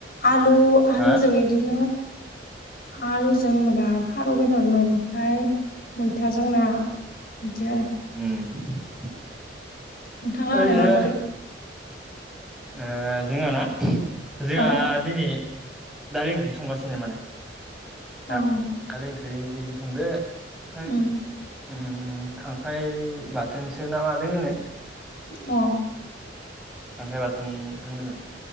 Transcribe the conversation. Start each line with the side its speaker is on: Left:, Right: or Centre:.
Left: आलु आलुजों
Centre: अ
Left: इदिनो आलुजों माबा फारौ बेदरमोन फाय मैथाजों ना बिदि आरो।
Centre: उम
Left: नोंथांलाहालाय
Centre: ओलैनो
Left: मा ओंख्रि
Centre: ओ जोंहा ना जोंहा
Left: अ
Centre: दिनै दालि ओंख्रि संगासिनो माने
Left: अ
Centre: दा
Left: उम
Centre: खारै ओंख्रै संदो थाय
Left: उम
Centre: उम खांख्राइ बाथोनसो ना मा दोङोनो।
Left: अ'
Centre: खांख्राइ बाथोन होनदोमोन।